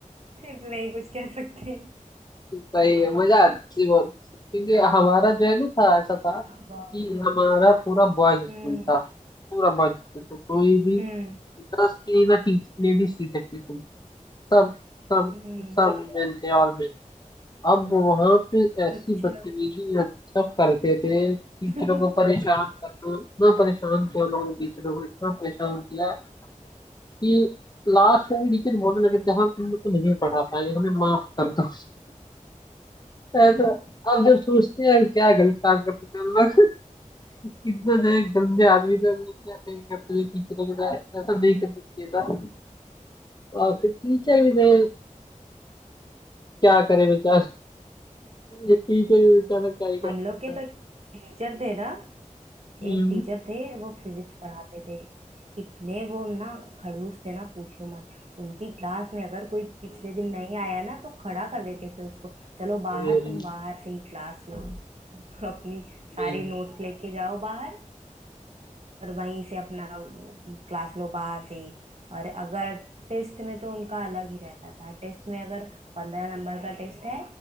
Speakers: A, on the right; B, on the left.
A: फिर नहीं कुछ कह सकते
B: सही मजा आती थी बहुत क्योंकि हमारा जो है ना था ऐसा था कि
A: वाह।
B: हमारा पूरा बॉयज
A: हम्म
B: स्कूल था पूरा बॉयज स्कूल तो कोई भी
A: हम्म
B: गर्ल्स की ना टीच लेडीज टीचर थी सब सब
A: हम्म
B: सब में थे और में अब वहां पे ऐसी
A: अच्छा
B: बदतमीजी सब करते थे टीचरों
A: <laughs>
B: को परेशान करना इतना परेशान किया लोगों ने टीचरों को इतना परेशान किया कि लास्ट में भी टीचर बोलने लगे थे हम तुम लोग को नहीं पढ़ा पाएंगे हमें माफ कर दो ऐसा अब जब सोचते हैं क्या गलत काम करते थे हम लोग इतना जो गंदे आदमी थे हम लोग क्या कहीं करते थे टीचरों के साथ ऐसा नहीं करना चाहिए था और फिर टीचर भी थे क्या करे बेचारा ये टीचर भी बेचारा क्या ही करे
A: हम लोग के तो टीचर थे ना
B: हम्म,
A: एक टीचर थे वो फिजिक्स पढ़ाते थे इतने वो ना खड़ूस थे ना पूछो मत उनकी क्लास में अगर कोई पिछले दिन नहीं आया ना तो खड़ा कर देते थे उसको चलो बाहर
B: अभी-
A: तुम बाहर से ही क्लास लो <laughs> अपनी सारी
B: भाई,
A: नोट्स लेके जाओ बाहर और वहीं से अपना क्लास लो बाहर से ही और अगर टेस्ट में तो उनका अलग ही रहता था टेस्ट में अगर पंद्रह नंबर का टेस्ट है